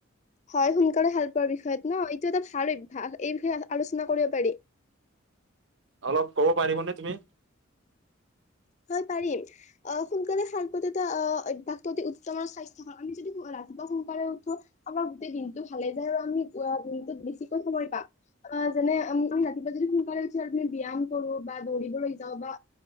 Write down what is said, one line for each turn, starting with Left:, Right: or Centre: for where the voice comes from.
Left: হয় সোনকালে ভাল পোৱাৰ বিষয়ত নহ এইটো এটা ভাল অভ্যাস এই বিষয়ে আলোচনা কৰিব পাৰি
Right: অলপ ক'ব পাৰিবনে তুমি
Left: হয় পাৰিম অহ সোনকালে সাৰ পোৱাটো অহ অভ্যাস অতি উত্তম আৰু স্বাস্থ্য আমি যদি ৰাতিপুৱা সোনকালে উঠো আমাৰ গোটেই দিন টো ভালে যায় আৰু আমি উ ৰুমটোত বেছিকে সময় পাম অহ যেনে তুমি ৰাতিপুৱা যদি সোনকালে উঠি তুমি ব্যয়াম কবা দৌৰিবলৈ যাওঁ বা